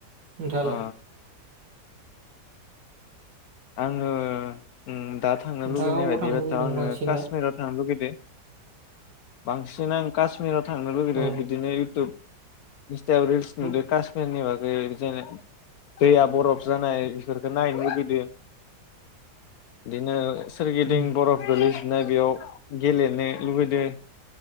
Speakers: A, on the right; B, on the left.
A: नोंथाङालाय?
B: अ आङो उम दा थांनो
A: नोंथाङा
B: लुुबैनाय
A: अबाव
B: बायदिबाथ'
A: थांनो लुबैदों
B: आङो
A: बांसिन
B: कासमीराव
A: दा
B: थांनो लुगै बे बांसिन आं कासमिराव थांनो लुगैदो
A: औ
B: बिदिनो इउटुब इन्सतायाव रिल्स नुदो
A: उम
B: कासमिरनि बागै जेन दैया बरफ जानाय बेफोरखो नायनो लुगैदो। बिदिनो सोरगिदिं
A: उम
B: बरफ गोलै नो बेयाव गेलेनो लुबैदो